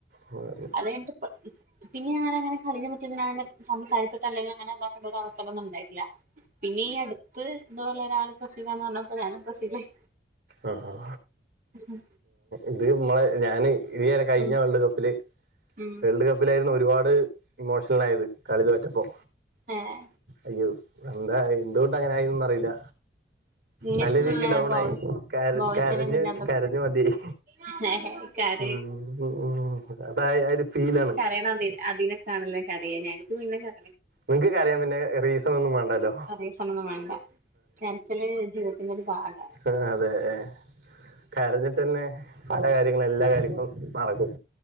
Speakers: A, on the right; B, on the right.
A: ഉം.
B: അത് കയ്ഞ്ഞ്ട്ട് പ്പ് ഉം പിന്നെ ഞാന അങ്ങനെ കളിനേ പറ്റി പിന്നെ അങ്ങനെ സംസാരിച്ചിട്ട് അല്ലങ്കിൽ അങ്ങനെ ഇതാക്കണ്ട ഒരു അവസരംന്നും ഇണ്ടായിട്ടില്ല. പിന്നെ ഈ അട് ത്ത് ഇന്നപോലെ ഞാനും പ്രസീലാന്ന് പർഞ്ഞപ്പം ഞാനും പ്രസീലായി
A: അങ്ങനെ
B: ഉം
A: ഇത് മ്മളെ ഞാന് <unintelligible> കഴിഞ്ഞ
B: ഉം
A: വേൾഡ് കപ്പില്
B: ഉം
A: വേൾഡ് കപ്പിലായിരുന്നു ഒരുപാട് ഇമോഷണലായത് കളി തോറ്റപ്പോ.
B: ഏഹ്
A: അയ്യോ എന്തായി എന്തുകൊണ്ട് അങ്ങനെ ആയിന്ന് അറിയില്ല.
B: ഇങ്ങക്ക്
A: നല്ല രീതിക്ക്
B: പിന്നെ
A: ഡൗൺ
B: ബോയ്
A: ആയി കര്
B: ബോയ്സിന്
A: കരഞ്ഞ്
B: പിന്നെ
A: കരഞ്ഞ് മതിയായി.
B: അതൊക്കെ കര
A: ഉം ഉം അതായാല് ഫീലാണ്
B: <unintelligible> അതിനക്കാണല്ലെ കരീനേ ഇൻക്ക് പിന്നെ ക
A: നിങ്ങക്ക് കരയ പിന്നെ റീസണ് ഒന്നും വേണ്ടാലോ.
B: ആ റീസണന്നും വേണ്ട കരച്ചില് ജീവിതത്തിന്റെ ഒരു ഭാഗ.
A: ആ അതെ ഏഹ് കരഞ്ഞിട്ടന്നെ പല കാര്യങ്ങളും എല്ലാ കാര്യങ്ങളും നടക്കും.